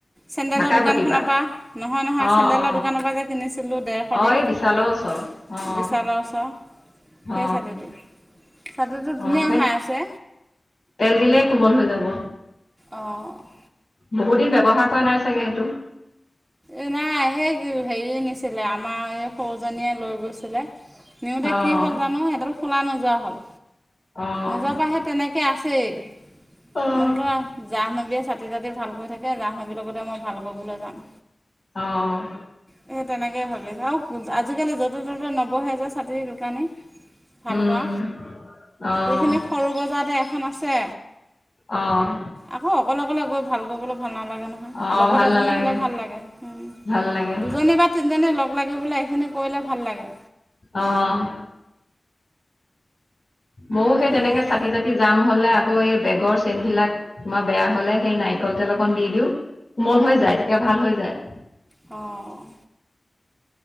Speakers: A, on the right (about 20°); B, on the left (about 50°).
A: চেণ্ডেলৰ
B: ঢাকাই
A: দোকানখনৰ
B: পতিবা
A: পৰা নহয় নহয়
B: অ
A: চেণ্ডেলৰ
B: অ
A: দোকানৰ পৰা যে কিনিছিলোঁ ডেৰশ
B: অ
A: দি
B: এই
A: <unintelligible>
B: বিশালৰ ওচৰ অ'।
A: লাও চা সেই
B: অ
A: ছাতিটো ছতিটো ধুনীয়া
B: অ সেই
A: হৈ আছে।
B: তেল দিলেই কোমল হৈ যাব।
A: অ'।
B: বহুত দিন ব্যৱহাৰ কৰা নাই চাগে সেইটো।
A: এই নাই সেই হেৰীয়ে নিছিলে আমাৰ এই সৰুজনীয়ে লৈ গৈছিলে। নিওঁতে
B: অ
A: কি হ'ল জানো সেইডাল খোলা নোযোৱা হ'ল
B: অ',
A: নোযোৱাৰ পৰাহে। তেনেকে আছেই
B: অ',
A: মই বোলো জাহনবীয়ে চাতি তাতি ভালকৰি থাকে জাহনব <unintelligible> ভাল কৰিবলৈ যাম।
B: অ', অ'।
A: সেই তেনেকে ভাবি আছো আৰু আজিকালি য'তে ত'তে নবহে যে ছাতিৰ দোকানী। ভাল
B: উম
A: কৰা
B: অ'
A: এইখিনি সৰু বজাৰতে এখন আছে।
B: অ'।
A: আকৌ অকলে অকলে গৈ ভাল কৰিবলৈ ভাল নালাগে ন। উম
B: অ',
A: লগত
B: ভাল
A: এজনী
B: নালাগে,
A: হ'লে ভাল লাগে উম
B: ভাল লাগে,
A: দুজনী বা তিনিজনী লগ লাগি পেলাই এইখিনি। কৰিলে ভাল লাগে।
B: অ', ময়ো সেই তেনেকে
A: মোৰ
B: চাতি তাতি টি যাম হলে আকৌ এই বেগৰ চেন বিলাক তোমাৰ বেয়া হলে সেই নাৰিকল তেল অকন দি দিওঁ। কোমল হৈ যায় তেতিয়া ভাল হৈ যায়।
A: অ'।